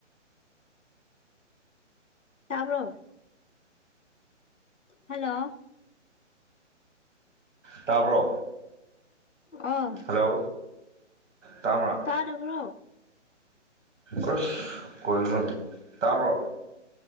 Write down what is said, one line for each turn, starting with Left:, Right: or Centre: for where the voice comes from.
Left: ꯇꯥꯕ꯭ꯔꯣ ꯍꯜꯂꯣ
Right: ꯇꯥꯕ꯭ꯔꯣ꯫
Left: ꯑꯝ꯫
Right: ꯍꯜꯂꯣ ꯇꯥꯃ꯭ꯔꯥ
Left: ꯇꯥꯗꯕ꯭ꯔꯣ
Right: ꯑꯣ ꯀꯂꯣꯅꯤ ꯇꯥꯔꯕꯣ